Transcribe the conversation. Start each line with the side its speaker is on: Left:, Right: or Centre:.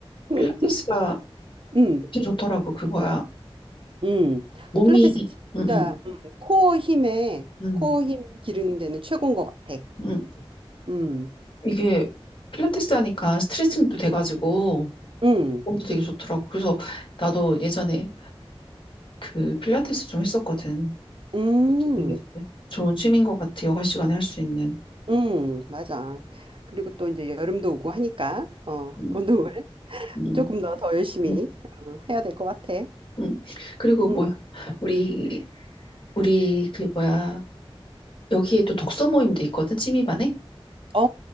Right: 응.
Left: 필라테스가
Right: 음.
Left: 진짜 좋더라고, 그 뭐야.
Right: 음.
Left: 몸이,
Right: 필라테스 진짜
Left: 음, 음,
Right: 음, 코어 힘에
Left: 음,
Right: 코어 힘 기르는 데는 최고인 것 같아.
Left: 음.
Right: 음.
Left: 이게 필라테스 하니까 스트레칭도 돼가지고
Right: 음.
Left: 몸도 되게 좋더라고. 그래서 나도 예전에 그 필라테스 좀 했었거든.
Right: 음.
Left: 그것도 되게 좋은 취미인 것 같아, 여가 시간에 할 수 있는.
Right: 음, 맞아. 그리고 또 이제 여름도 오고 하니까 어,
Left: 음,
Right: <laughs> 운동을
Left: 음,
Right: 조금 더 더 열심히
Left: 음,
Right: 어, 해야 될 것 같아.
Left: 음. 그리고
Right: 음.
Left: 뭐야, 우리, 우리 그 뭐야, 여기에 또 독서 모임도 있거든, 취미반에.
Right: 어,